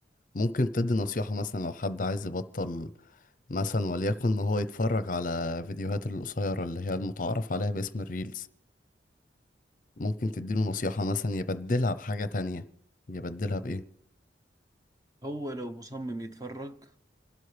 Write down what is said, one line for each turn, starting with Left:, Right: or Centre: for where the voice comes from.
Left: ممكن تدي نصيحة مثلا لو حد عايز يبطل مثلا وليكن ان هو يتفرج على فيديوهات القصيرة اللي هي المتعارف عليها باسم الريلز ممكن تديله نصيحة مثلا يبدلها بحاجة تانية يبدلها بإيه
Right: هو لو مصمم يتفرج